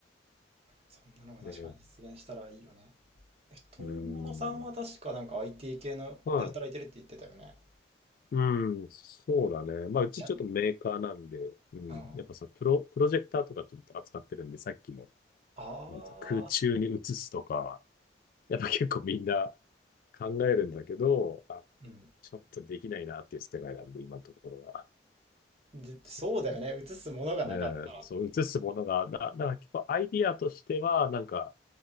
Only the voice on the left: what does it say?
ね。
うん。
はい。うん、そうだね。まあ、うちちょっとメーカーなんで、
うん、
やっぱさ、プロ、プロジェクターとかちょっと扱ってるんで、さっきの、
なんつうの空中に映すとか、やっぱ結構みんな考えるんだけど、あ、
ちょっとできないなっていう世界なんで、今のところは。
そ
う、ええそう、映すものが、な、なんか結構アイディアとしては、なんか、